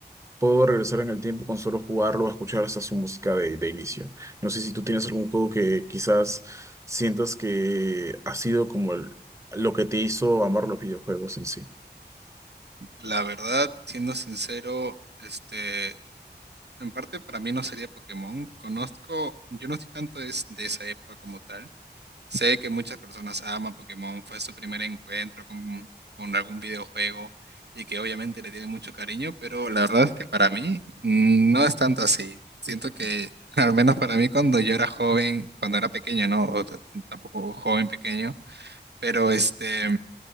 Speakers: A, on the right; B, on the right.
A: puedo regresar en el tiempo con solo jugarlo o escuchar hasta su música de, de inicio. No sé si tú tienes algún juego que quizás sientas que ha sido como el- lo que te hizo amar los videojuegos en sí.
B: la verdad, siendo sincero, este, En parte para mí no sería Pokémon. Conozco, yo no estoy tanto es- de esa época como tal. Sé que muchas personas aman Pokémon, fue su primer encuentro con, con algún videojuego y que obviamente le tiene mucho cariño, pero la verdad es que para mí mm, no es tanto así. Siento que, <laughs> al menos para mí cuando yo era joven, cuando era pequeño, ¿no? O t- tampoco joven pequeño, pero este...